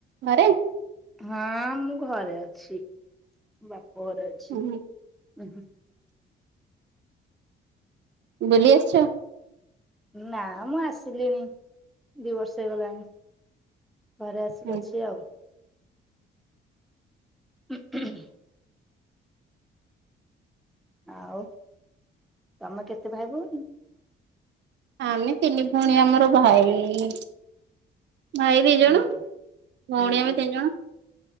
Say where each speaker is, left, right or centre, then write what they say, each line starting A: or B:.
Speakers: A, on the right; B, in the centre.
A: ଘରେ?
B: ହଁ ମୁଁ ଘରେ ଅଛି ବାପ ଘରେ ଅଛି।
A: ହୁଁ
B: ହଁ।
A: ବୁଲି ଆସିଚ?
B: ନା ମୁଁ ଆସିଲିଣି ଦି ବର୍ଷ ହେଇଗଲାଣି। ଘରେ ଆସି
A: ହୁଁ
B: ଅଛି ଆଉ। ହୁଁ ହୁନ। ଆଉ ତମେ କେତେ ଭାଇ ଭଉଣୀ?
A: ଆମେ ତିନି ଭଉଣୀ ଆମର ଭାଇ ଭାଇ ଦି ଜଣ।
B: ନିହାତି
A: ଭଉଣୀ
B: ହୁଁ
A: ଆମେ ତିନି ଜଣ।